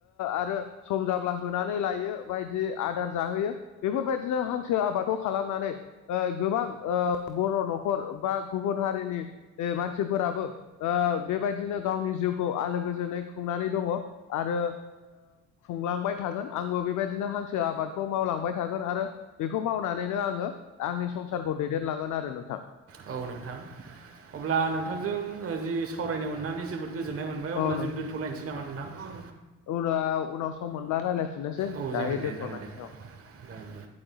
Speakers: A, on the left (about 75°); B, on the right (about 50°).
A: आरो सम जाब्ला होनानै लायो बायदि आदार जाहोयो बेफोरबायदिनो हांसो आबादखौ खालामनानै गोबां बर' न'खर बा गुबुन हारिनि ओ मानसिफोराबो बेबायदिनो गावनि जिउखौ आलो गोजोनै खुंनानै दङ आरो खुंलांबाय थागोन आंबो बेबायदिनो हांसो आबादखौ मावलांबाय थागोन आरो बेखौ मावनानैनो आङो आंनि संसारखौ दैदेनलांगोन आरो नोंथां
B: औ नोंथां अब्ला नोंथांजों जि सावरायनो मोननानै जोबोद गोजोन्नाय मोनबाय
A: औ
B: अब्ला
A: नोंथां
B: जों दोनथ'लायनोसै नामा नोंथां
A: उनाव उनाव सम मोनब्ला रायज्लायफिननोसै
B: औ
A: दायो
B: जागोन दे
A: दोन्थ'नोसै
B: जागोन दे
A: औ
B: जागोन दे